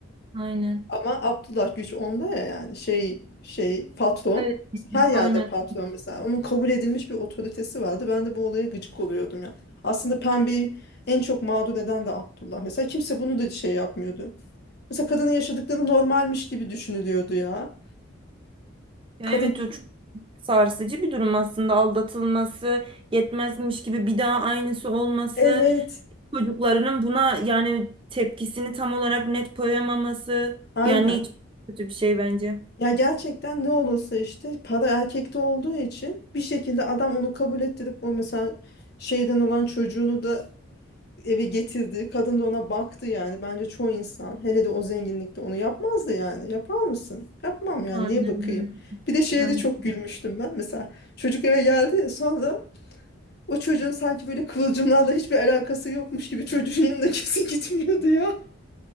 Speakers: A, on the right; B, on the left.
A: Aynen.
B: Ama Abdullah güç onda ya yani şey şey patron.
A: Evet.
B: Her yerde
A: Aynen.
B: patron mesela. Onun kabul edilmiş bir otoritesi vardı. Ben de bu olaya gıcık oluyordum ya. Aslında pembeyi en çok mağdur eden de Abdullah. Mesela kimse bunu da şey yapmıyordu. Mesela kadının yaşadıkları normalmiş gibi düşünülüyordu ya.
A: Ya
B: Kadın
A: evet o çok sarsıcı bir durum aslında aldatılması, yetmezmiş gibi bir daha aynısı olması.
B: evet
A: çocuklarının buna yani tepkisini tam olarak net koyamaması
B: aynen.
A: yani hiç kötü bir şey bence.
B: Ya gerçekten ne olursa işte para erkekte olduğu için bir şekilde adam onu kabul ettirip o mesela şeyden olan çocuğunu da eve getirdi. Kadın da ona baktı yani. Bence çoğu insan hele de o zenginlikte onu yapmazdı yani. Yapar mısın? Yapmam yani.
A: Aynen
B: Niye bakayım? Bir de şeye
A: öyle. Aynen.
B: de çok gülmüştüm ben. Mesela çocuk eve geldi. Sonra o çocuğun sanki böyle kıvılcımlarla hiçbir alakası yokmuş gibi çocuğun yanına <laughs> kimse gitmiyordu ya.